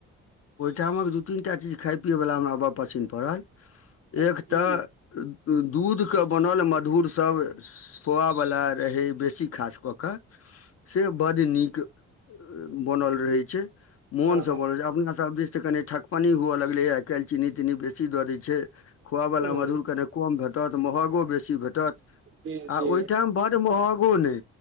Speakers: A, on the left; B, on the right.
A: ओहिठामक दू तीन टा चीज खाय पियैवला हमरा अबर पच्छिन पड़ल
B: की
A: एक तऽ दूध के बनल मधुर सभ खोआ वला रहै बेसी खास कऽ कऽ से बड नीक बनल रहै छै, मोन
B: हँ
A: सब बनल छै, अपना सब दिस से कनि ठकपनी हुए लगले आई काइल चीनी तीनी बेसी द देय छै खोआ
B: हँ
A: वला मधुर कने कम भेटत महगो बेसी भेटत
B: जी
A: आ
B: जी
A: ओहिठाम बड महगो नै।